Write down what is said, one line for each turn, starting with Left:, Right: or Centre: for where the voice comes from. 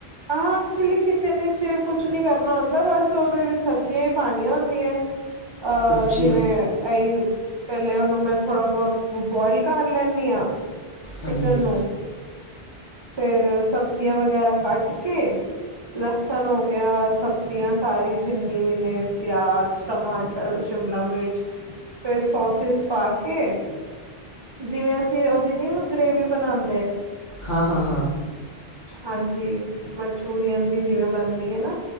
Right: ਆਹੋ ਚਿਲੀ ਚਿਕਨ ਵਿਚ ਕੁਛ ਨੀ ਕਰਨਾ ਹੁੰਦਾ ਬਸ ਉਹਦੇ ਵਿੱਚ ਸਬਜ਼ੀਆਂ ਹੀ ਪਾਉਣੀਆਂ ਹੁੰਦੀਆਂ। ਅਹ
Left: ਸਬਜ਼ੀਆਂ
Right: ਜਿਵੇਂ ਇਹੀ। ਪਹਿਲੇ ਉਹਨੂੰ ਮੈਂ ਥੋੜ੍ਹਾ ਬਹੁਤ ਬੋਆਇਲ ਕਰ ਲੈਂਦੀ ਹਾਂ। ਚਿਕਨ
Left: ਹਾਂਜੀ
Right: ਨੂੰ ਫੇਰ ਸਬਜ਼ੀਆਂ ਵਗੈਰਾ ਕੱਟ ਕੇ। ਲਸਣ ਹੋ ਗਿਆ ਸਬਜ਼ੀਆਂ ਸਾਰੀ ਜਿੰਨੀ ਵੀ ਨੇ ਪਿਆਜ਼ ਟਮਾਟਰ। ਸ਼ਿਮਲਾ ਮਿਰਚ ਫੇਰ ਸੋਸਿਸ ਪਾ ਕੇ। ਜਿਵੇਂ ਅਸੀਂ ਉਹਦੀ ਨੀ ਗ੍ਰੇਵੀ ਬਣਾਉਂਦੇ।
Left: ਹਾਂ ਹਾਂ ਹਾਂ।
Right: ਹਾਂਜੀ ਮਨਚੂਰੀਅਨ ਦੀ ਜਿਵੇਂ ਬਣਦੀ ਹੈ ਨਾ